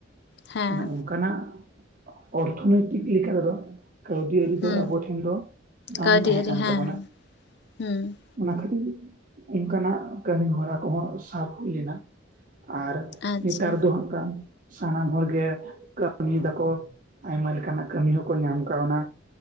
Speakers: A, on the left; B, on the right.
A: ᱦᱮᱸ
B: ᱢᱟᱱᱮ ᱚᱱᱠᱟᱱᱟᱜ ᱚᱨᱛᱷᱳᱱᱳᱭᱛᱤᱠ ᱞᱮᱠᱟ ᱛᱮᱫᱚ ᱠᱟᱹᱣᱰᱤ ᱟᱹᱨᱤ
A: ᱦᱩᱸ
B: ᱫᱚ ᱟᱵᱳ ᱴᱷᱮᱱ ᱫᱚ ᱵᱟᱝ
A: ᱠᱟᱹᱣᱰᱤ
B: ᱛᱟᱦᱮᱸ
A: ᱟᱹᱨᱤ
B: ᱠᱟᱱ
A: ᱦᱮᱸ
B: ᱛᱟᱵᱚᱱᱟ
A: ᱦᱩᱸ
B: ᱚᱱᱟ ᱠᱷᱟᱹᱛᱤᱨ ᱚᱱᱠᱟᱱᱟᱜ ᱠᱟᱹᱢᱤ ᱦᱚᱨᱟ ᱠᱚᱦᱚᱸ ᱥᱟᱵ ᱦᱩᱭ ᱞᱮᱱᱟ ᱟᱨ
A: ᱟᱪᱪᱷᱟ
B: ᱱᱮᱛᱟᱨ ᱫᱚ ᱦᱟᱜ ᱠᱷᱟᱱ ᱥᱟᱱᱟᱢ ᱦᱚᱲ ᱜᱮ ᱠᱟᱹᱢᱤᱭ ᱫᱟᱠᱚ ᱟᱭᱢᱟ ᱞᱮᱠᱟᱱᱟᱜ ᱠᱟᱹᱢᱤ ᱦᱚᱸᱠᱚ ᱧᱟᱢ ᱟᱠᱟᱣᱱᱟ